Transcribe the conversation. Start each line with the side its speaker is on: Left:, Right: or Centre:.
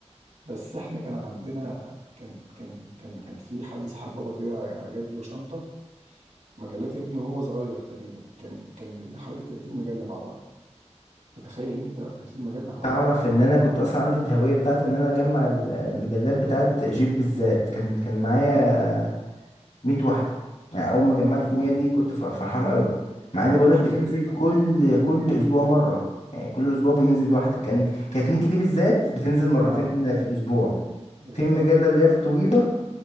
Right: بس احنا كان عندنا كان كان كان كان في حد سحب بابا كده جاب له شنطة مجلات ابنه وهو صغير تقريبا كان كان جاب لنا حوالي 30 مجلة مع بعض فتخيل انت بقى 30 مجلة مع
Left: تعرف
Right: بعض
Left: ان انا كنت اصلا عندي الهوية بتاعت ان انا اجمع ال- المجلات بتاعت جيب بالذات كان كان معايا 100 واحدة يعني اول ما جمعت
Right: يا
Left: المية دي كنت ف- فرحان قوي مع ان بقولك
Right: طب راحوا
Left: بتنزل
Right: فين دول
Left: كل
Right: يا عم
Left: كل اسبوع مرة يعني كل اسبوع بينزل واحدة كان كانت ميكي دي بالذات بتنزل مرتين
Right: اه اه
Left: في الاسبوع
Right: يا
Left: في المجلة اللي هي الطويلة